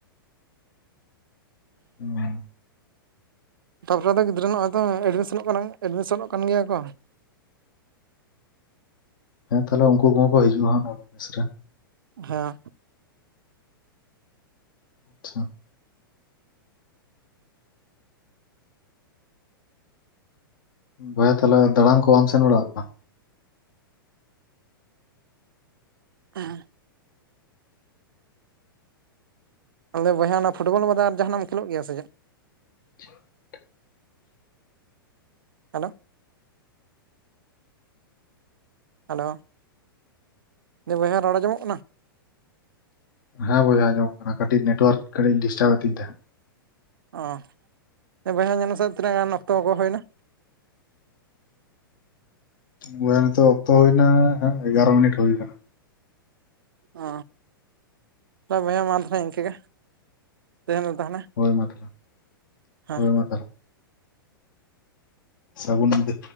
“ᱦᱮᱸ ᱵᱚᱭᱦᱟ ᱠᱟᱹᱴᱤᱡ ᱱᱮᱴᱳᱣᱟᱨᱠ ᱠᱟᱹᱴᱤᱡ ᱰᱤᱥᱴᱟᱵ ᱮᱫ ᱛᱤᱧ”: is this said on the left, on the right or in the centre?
Left